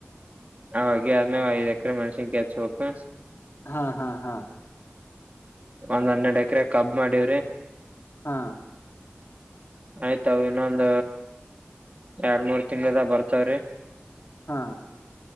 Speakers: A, on the right; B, on the left.
A: ಅವಾಗ ಆದದ್ಮೇ ಐದ ಎಕರೆ ಮೆಣಸಿನ ಕಾಯಿ ಹೆಚ್ ಹಬೇಕ.
B: ಹಾ -ಹಾ- ಹಾ.
A: ಒಂದ್ ಹನ್ನೆರಡ್ ಎಕರೆ ಕಬ್ ಮಾಡವ್ರಿ.
B: ಹಾ.
A: ಆಯ್ತಾವ ಇನ್ನೊಂದ ಎರಡ್ ಮೂರ್ ತಿಂಗಳದ ಬರ್ತವ್ರಿ.
B: ಹಾ.